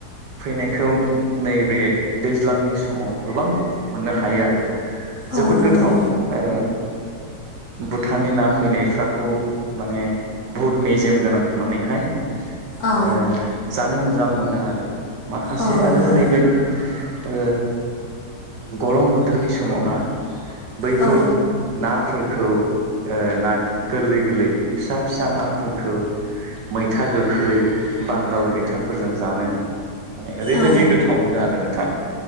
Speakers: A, on the right; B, on the left.
A: फैनायखौ नैबे दैज्लांनि समाव गोबां मोननो हायो आरो। जोबोद
B: औ नंगौ
A: गोथाव ओ भुटाननि ना फैनायफ्राखौ माने बुहुद मेजेम गोनां होननानैहाय
B: औ
A: ओ जानो मोजां मोनो आरो। माखासे
B: औ नंगौ
A: आरो नैबे ओ गरम बोथोरनि समावना बैफोर
B: औ
A: नाफोरखौ ओ ना गोरलै गोरलै फिसा फिसा नाफोरखौ मैथा गोखै, बांगाल मैथाफोरजों जानो माने ओरैबायदि
B: औ
A: गोथाव मोनो आरो नोंथां।